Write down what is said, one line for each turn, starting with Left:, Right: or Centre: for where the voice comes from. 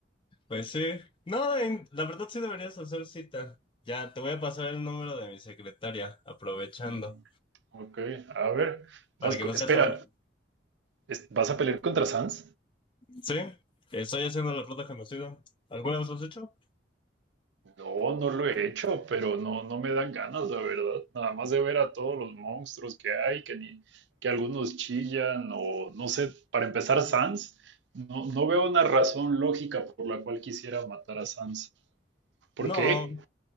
Left: Pues sí. No, en- la verdad sí deberías hacer cita. Ya, te voy a pasar el número de mi secretaria, aprovechando,
Right: Mm, ok, a ver.
Left: para
Right: Vas
Left: que
Right: co-
Left: no seas
Right: espera,
Left: tan...
Right: ¿es- ¿vas a pelear contra Sans?
Left: Sí, estoy haciendo la ruta conocida. ¿Alguna vez lo has hecho?
Right: No, no lo he hecho, pero no, no me dan ganas, la verdad. Nada más de ver a todos los monstruos que hay, que ni, que algunos chillan, o no sé, para empezar, Sans. No, no veo una razón lógica por la cual quisiera matar a Sans. ¿Por
Left: No.
Right: qué?